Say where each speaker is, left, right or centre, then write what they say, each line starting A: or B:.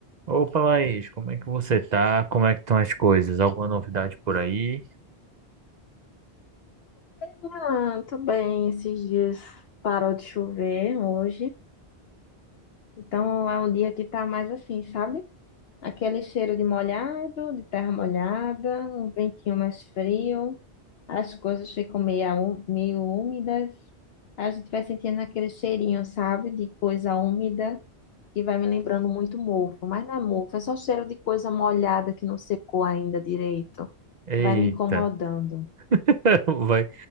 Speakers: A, on the right; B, on the left.
A: Opa, Laís, como é que você tá? Como é que estão as coisas? Alguma novidade por aí?
B: Ah, tô bem. Esses dias parou de chover hoje. Então é um dia que tá mais assim, sabe? Aquele cheiro de molhado, de terra molhada, um ventinho mais frio, as coisas ficam meio, ú- meio úmidas. A gente vai sentindo aquele cheirinho, sabe? De coisa úmida, que vai me lembrando muito mofo. Mas não é mofo, é só cheiro de coisa molhada que não secou ainda direito.
A: Eita,
B: Vai me incomodando.
A: <laughs> vai.